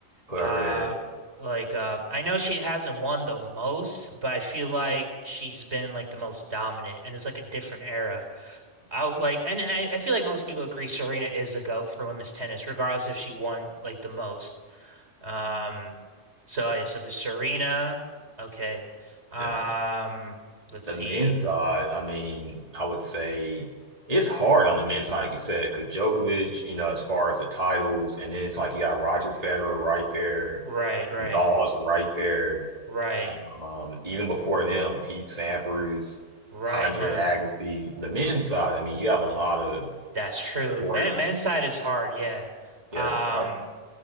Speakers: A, on the right; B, on the right.
A: put
B: uh
A: her there.
B: like uh I know she hasn't won the most, but I feel like she's been like the most dominant and it's like a different era. I would- like and I, I feel like most people agree Serena is the GOAT for women's tennis, regardless if she won like the most. Um so oh, yeah, so the Serena, okay. Um
A: Yeah.
B: let's
A: The
B: see.
A: men's side, I mean, I would say it's hard on the men's side, like you said, because Djokovic, you know, as far as the titles, and then it's like you got Roger Federer right there,
B: Right, right,
A: Nadal's right there.
B: right,
A: Um, even before them, Pete Sampras,
B: right,
A: Andre
B: nah.
A: Agassi. The men's side, I mean, you have a lot of
B: That's true.
A: greats.
B: Man, men's side is hard, yeah.
A: Yeah,
B: Um,
A: or-